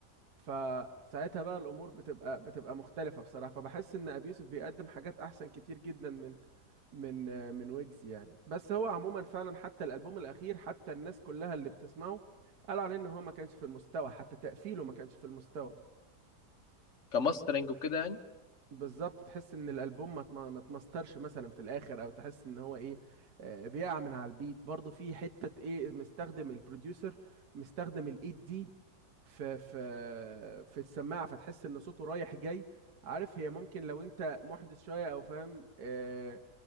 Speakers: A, on the right (about 65°); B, on the left (about 50°).
A: فساعتها بقى الامور بتبقى بتبقى مختلفه بصراحه فبحس ان ابي يوسف بيقدم حاجات احسن كتير جدا من من من ويجز يعني بس هو عموما فعلا حتى الالبوم الاخير حتى الناس كلها اللي بتسمعه قالوا عليه ان هو ما كانش في المستوى حتى تقفيله ما كانش في المستوى
B: كماسترنج وكده يعني
A: بالظبط تحس ان الالبوم ما اتم- ما اتمسترش مثلا في الاخر او تحس ان هو ايه آه، بيقع من على البيت برضه في حته ايه مستخدم البروديوسر مستخدم الايد دي في في في السماعه فتحس ان صوته رايح جاي عارف هي ممكن لو انت محدث شويه او فاهم آه،